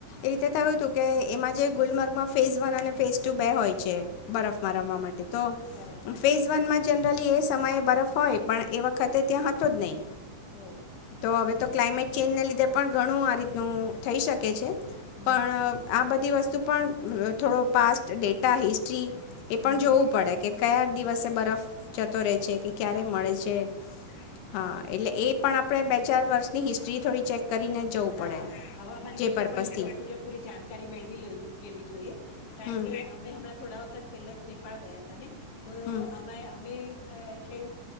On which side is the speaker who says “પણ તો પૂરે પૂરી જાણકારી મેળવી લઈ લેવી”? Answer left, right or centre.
Left